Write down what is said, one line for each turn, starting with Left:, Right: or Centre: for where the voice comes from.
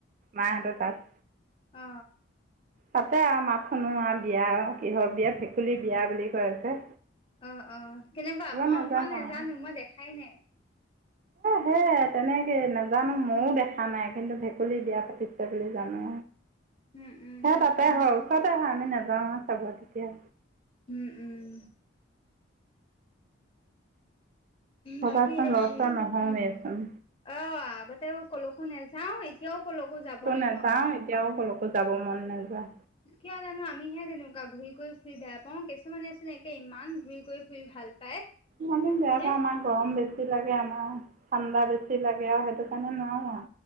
Right: মাহতৰ তাত
Left: অ
Right: তাতে আৰু মাত শুনো আৰু বিয়া আৰু কিহৰ বিয়া ভেকুলীৰ বিয়া বুলি কৈ আছে।
Left: অ অ কেনেকুৱা মই
Right: নাযাওঁ
Left: মই নেজানো মই দেখাই নাই।
Right: হেই হে তেনেকে নাজানো ময়ো দেখা নাই কিন্তু ভেকুলী বিয়া পাতিছে বুলি জানো।
Left: উম উম
Right: সে তাতে হয় ওচৰতে হয় আমি নাযাওঁ আও চাব তেতিয়া।
Left: উম উম
Right: ভবাচোন
Left: বাকী এতিয়া
Right: লৰচৰ
Left: হেৰি
Right: নহৱে চোন
Left: অ আগতেও কলকো নাযাও এতিয়াও কলকো যাব নেপাও।
Right: নেযাও এতিয়াও কলো কতো জাব মন নেযায়?
Left: কিয় জানো আমিহে তেনেকুৱা ঘূৰি কৰি ফুৰি বেয়া পাওঁ কিছুমানেচোন একে ইমান ঘূৰি কৰি ফুৰি ভাল- পায়
Right: মানে জেগা
Left: হয়নে
Right: মান- গৰম বেছি লাগে আমাৰ ঠাণ্ডা বেছি লাগে আৰু সেইটো কাৰণে নোৱাৰো আও